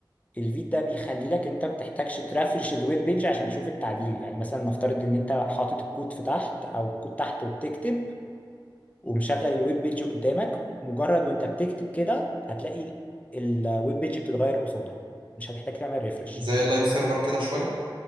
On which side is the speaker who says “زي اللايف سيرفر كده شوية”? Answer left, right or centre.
Right